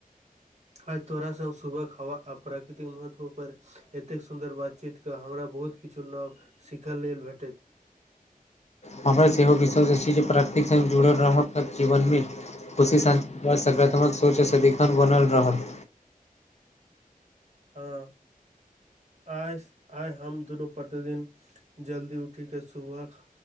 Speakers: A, on the right; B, on the left.
A: आइ तोरा स सुभक हवा आ प्राकृतिक महत्व पर एतेक सुन्दर बातचीतके हमरा बहुत किछु नव सीखय लेल भेटैत
B: हमर सेहो विश्वास अछि जे प्रकृिक सङ्ग जुड़ल रहब जीवनमे खुशी शान्ति सकारात्मक सोच सदिखन बनल रहल
A: हँ आय आय हम दुनू प्रतिदिन जल्दी उठी के सुबह